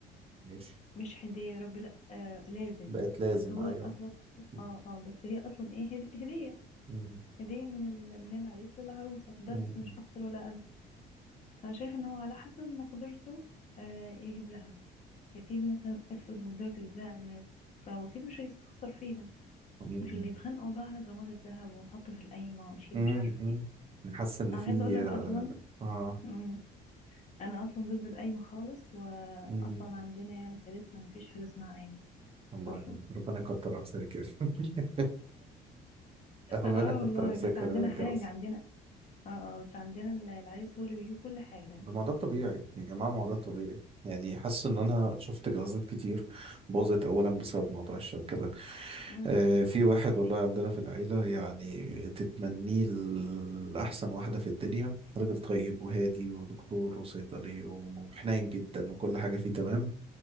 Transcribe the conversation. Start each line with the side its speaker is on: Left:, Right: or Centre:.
Right: ماشي
Left: مش هدية يا ربي لأ آه لازم
Right: بقت لازم
Left: بس هو
Right: أيوه
Left: أصلا
Right: مم.
Left: اه اه بس هي أصلا إيه هد- هدية
Right: مم.
Left: هدية من ال... من العريس للعروسة بس
Right: مم.
Left: مش أكتر ولا أقل فأنا شايف إن هو على حسب مقدرته آه يجيب لها يا سيدي مثلا افرض مقدرته يجيب لها ألماس فهو أكيد مش هيستخسر فيها
Right: مم.
Left: مش اللي يتخانقوا بقى على جرامات الذهب ونحطه في القايمة ونشيل
Right: مم.
Left: مش عارفة
Right: مم.
Left: ايه
Right: أنا حاسس إن
Left: أنا
Right: في
Left: عايزة أقولك أصلا
Right: آه
Left: مم. أنا أصلا ضد القايمة خالص وأصلا
Right: مم.
Left: عندنا يعني في عيلتنا مفيش حاجة اسمها قايمة
Right: والله
Left: أصلا
Right: ربنا يكتر أمثالك يا شيخ. <laughs> ربنا
Left: اه
Right: يكتر
Left: والله
Right: أمثالك
Left: بس عندنا
Right: خلينا نتجوز
Left: حاجة عندنا اه اه بس عندنا ال- العريس هو اللي بيجيب كل حاجة
Right: ده ما ده الطبيعي يا جماعة ما هو ده الطبيعي يعني حاسس ان انا شفت جوازات كتير باظت اولا بسبب موضوع الشبكة ده
Left: مم،
Right: آه
Left: مم،
Right: في واحد والله عندنا في العيلة يعني تتمنيه لأحسن واحدة في الدنيا راجل طيب وهادي ودكتور وصيدلي وحنين جدا وكل حاجة فيه تمام